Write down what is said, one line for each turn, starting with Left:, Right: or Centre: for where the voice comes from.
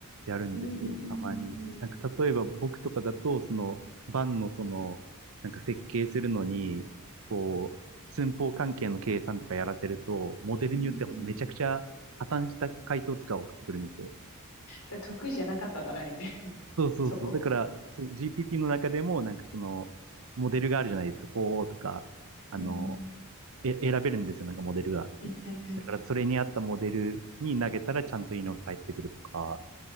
Right: やるんですよ、
Left: うーん。
Right: たまに。なんか例えば僕とかだと、その、バンのその、なんか設計するのに、こう、寸法関係の計算とかやらせると、モデルによっては本当めちゃくちゃ破綻した回答とか送ってくるんですよ。
Left: うんうんうん。だ得意じゃなかったんだな、みたいな、<laughs>
Right: そうそうそう。
Left: そこ。
Right: だから、そう GPT の中でも、なんかその、モデルがあるじゃないですか、4O とか、あの、
Left: うん。
Right: え、選べるんですよ、なんかモデルが。
Left: はいはいはい。
Right: だからそれに合ったモデルに投げたらちゃんといいのが返ってくるとか、